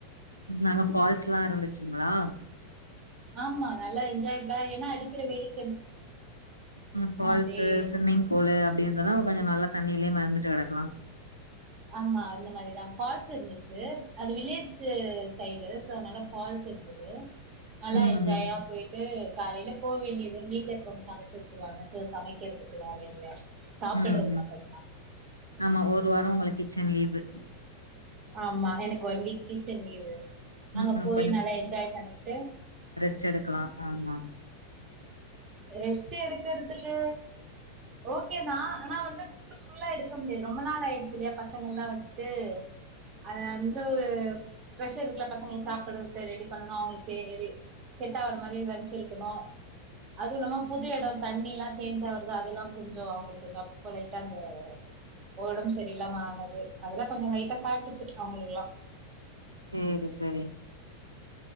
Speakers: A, on the left; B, on the right.
A: நாங்க ஃபால்ஸ் எல்லா இருந்துச் சங்களா
B: ஆமா நல்லா என்ஜாய பிளா ஏன்னா அடிக்கிற வெயிலுக்
A: உம் ஃபால்ஸ்சி
B: அப்டியே
A: விம்மிங் பூலு அப்படி இருந்ததா கொஞ்சோ நல்லா தண்ணியிலயே மிதந்திட்டு கிடக்கலா
B: ஆமா அந்த மாரிதான் ஃபால்ஸ் இருந்து ந்தது அது விளையாட்டு சைடு சோ அதனால ஃபால்ஸ் இருந்தது நல்லா
A: ம்
B: என்ஜாயா
A: ம்
B: போயிட்டு காலையில போ வேண்டியது வீட்டுல இருக்கும் சமைச்சு வச்சருவாங்க சோ சமைக்கிறதுக்கு வேல இல்ல சாப்பிடுறது
A: உம்
B: மட்டும்தா
A: உம் ஆமா ஒரு வாரம் உங்களுக் கிச்சன் லீவு
B: ஆமா எனக்கு ஒன் வீக் கிச்சன் லீவு அங்க
A: ம் ம்
B: போயி நல்லா என்ஜாய் பண்ணிட்டு
A: ஸ்டு எடுக்கலா ஆமா
B: ரெஸ்ட் எடுக்கதுக்கு ஓகேதான் ஆனா வந்து பீஸ்ஃபுல்லா எடுக்க முடியாது ரொம்ப நாள் ஆயிடுச்சு இல்லையா பசங்க எல்லா வச்சுட்டு அத அந்த ஒரு பஷர் இருக்குல பசங்க சாப்படுக்கு ரெடி பண்ணும் அவங்க செட் ஆற மாதிரி லன்ச் இருக்கணும் அதுவும் இல்லாம புது இடம் தண்ணி எல்லாம் சேஞ்ச் ஆகுறது அதெல்லா கொஞ்சோ கொஞ்சோ அவங்களுக்குங்க அப்பப்ப லைட்டா அந்த ஒடம்பு செரியில்லாம ஆனது அதெல்லா கொஞ்சோ லைட்டா காட்டுச்சு அவங்களுக்கெல்லா
A: சேரி சேரி